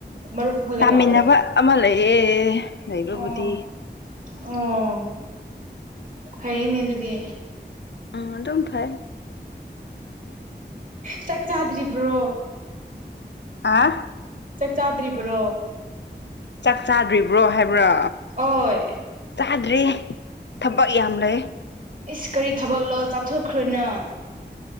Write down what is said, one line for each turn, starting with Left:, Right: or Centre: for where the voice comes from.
Right: ꯃꯔꯨꯞ ꯈꯣꯏꯒ
Left: ꯄꯥꯃꯤꯟꯅꯕ
Right: ꯇꯥꯗ꯭ꯔꯣ
Left: ꯑꯃ ꯂꯩꯌꯦ ꯂꯩꯕꯕꯨꯗꯤ
Right: ꯑꯣ ꯑꯣ ꯐꯩꯌꯦꯅꯦ ꯑꯗꯨꯗꯤ
Left: ꯑꯪ ꯑꯗꯨꯝ ꯐꯩꯌꯦ
Right: ꯆꯥꯛ ꯆꯥꯗ꯭ꯔꯤꯕ꯭ꯔꯣ
Left: ꯑꯥ
Right: ꯆꯥꯛ ꯆꯥꯗ꯭ꯔꯤꯕ꯭ꯔꯣ
Left: ꯆꯥꯛ ꯆꯥꯗ꯭ꯔꯤꯕ꯭ꯔꯣ ꯍꯥꯏꯕ꯭ꯔꯥ
Right: ꯑꯣꯏ
Left: ꯆꯥꯗ꯭ꯔꯤ ꯊꯕꯛ ꯌꯥꯝ ꯂꯩ
Right: ꯏꯁ ꯀꯔꯤ ꯊꯕꯛ ꯂꯣ ꯆꯥꯊꯣꯛꯈ꯭ꯔꯣꯅ